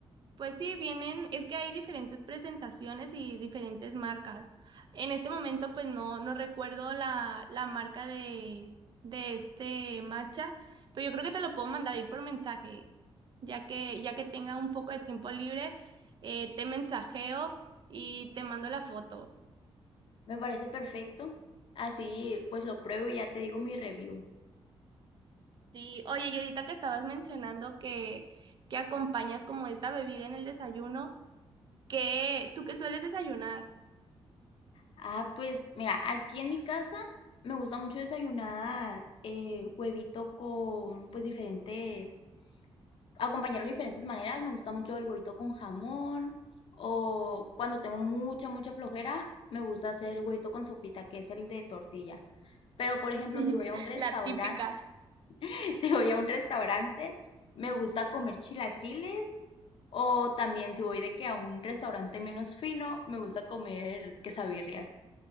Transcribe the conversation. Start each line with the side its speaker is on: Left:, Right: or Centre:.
Right: Pues sí, vienen, es que hay diferentes presentaciones y diferentes marcas. En este momento, pues no, no recuerdo la, la marca de, de este matcha, pero yo creo que te lo puedo mandar ahí por mensaje, ya que, ya que tenga un poco de tiempo libre, eh, te mensajeo y te mando la foto.
Left: Me parece perfecto. Así, pues lo pruebo y ya te digo mi review.
Right: Sí, oye, y ahorita que estabas mencionando que, que acompañas como esta bebida en el desayuno, ¿qué ¿tú qué sueles desayunar?
Left: Ah, pues mira, aquí en mi casa me gusta mucho desayunar eh, huevito con pues diferentes acompañarlo de diferentes maneras. Me gusta mucho el huevito con jamón o cuando tengo mucha, mucha flojera, me gusta hacer huevito con sopita, que es el de tortilla. Pero, por ejemplo,
Right: <laughs>
Left: si voy a un restaurante,
Right: La típica.
Left: <laughs> si voy a un restaurante, me gusta comer chilaquiles o también si voy de que a un restaurante menos fino, me gusta comer quesabirrias.